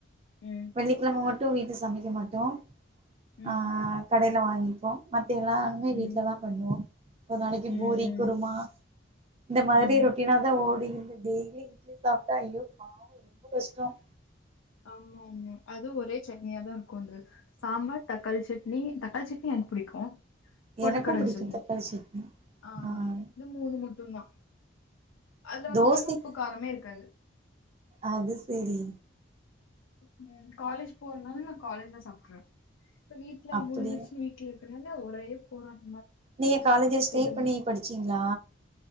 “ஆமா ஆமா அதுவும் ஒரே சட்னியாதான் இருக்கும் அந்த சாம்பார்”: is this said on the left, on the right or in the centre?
Left